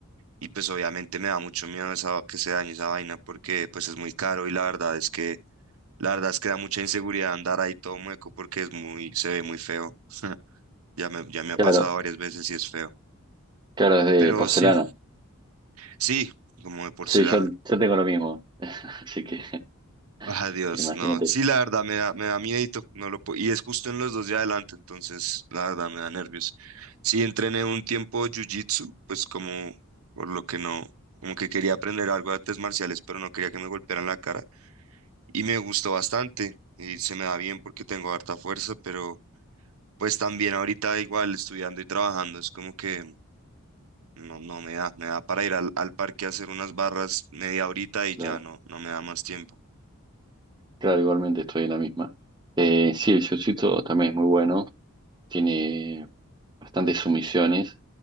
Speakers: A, on the right; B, on the right.
A: Y pues obviamente me da mucho miedo esa, que se dañe esa vaina porque pues es muy caro y la verdad es que, la verdad es que da mucha inseguridad andar ahí todo mueco porque es muy, se ve muy feo. <laughs> Ya me, ya me ha
B: Claro,
A: pasado varias veces y es feo.
B: claro, es de
A: Pero
B: porcelana.
A: sí, sí, como de porcelana.
B: Sí, yo,
A: <laughs>
B: yo tengo lo mismo. <laughs> Así que <laughs>
A: Ah, dios
B: imagínate.
A: no. Sí, la verdad me da, me da miedito. No lo puedo, y es justo en los dos de adelante, entonces la verdad me da nervios. Sí, entrené un tiempo jiu-jitsu, pues como por lo que no, como que quería aprender algo de artes marciales, pero no quería que me golpearan la cara. y me gustó bastante y se me da bien porque tengo harta fuerza, pero pues también ahorita igual estudiando y trabajando es como que no, no me da, me da para ir al, al parque a hacer unas barras media horita y
B: Claro,
A: ya no, no me da más tiempo.
B: claro, igualmente estoy en la misma. Eh, sí, el jiu-jitsu también es muy bueno. Tiene bastantes sumisiones